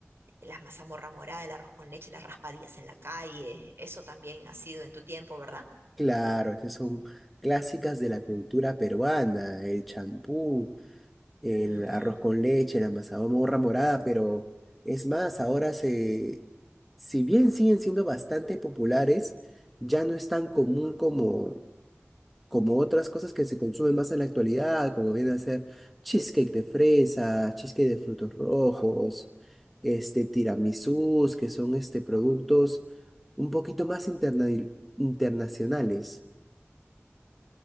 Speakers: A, on the right; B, in the centre.
A: la mazamorra morada, el arroz con leche, las raspadillas en la calle. Eso también ha sido en tu tiempo, ¿verdad?
B: Claro, esas son clásicas de la cultura
A: Ujú.
B: peruana, el champú, el
A: Ujú.
B: arroz con leche, la mazamorra morada, pero es más, ahora se, si bien siguen siendo bastante populares, ya no es tan común como como otras cosas que se consumen más en la actualidad, como viene a ser cheesecake de fresa, cheesecake de frutos rojos, este tiramisús, que son este productos un poquito más interna- internacionales.